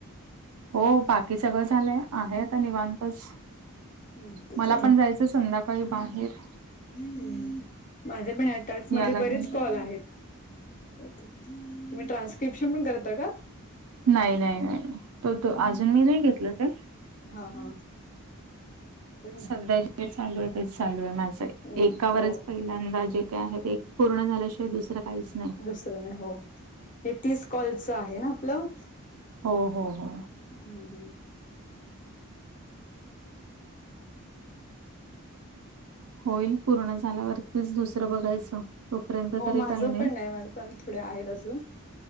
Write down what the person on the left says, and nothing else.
निवांतच
हो, माझे पण ह्या टास्क मधले
बरेच कॉल आहेत बहुतेक. तुम्ही ट्रांसक्रिप्शन पण करता का?
हा हा पण नाही
हम्म
हो
दुसरं नाही हो हे तीस कॉलच आहे ना आपलं
हम्म हम्म. <inaudible>
हो
माझं
पण नाही माझ पण थोडे आहेत अजून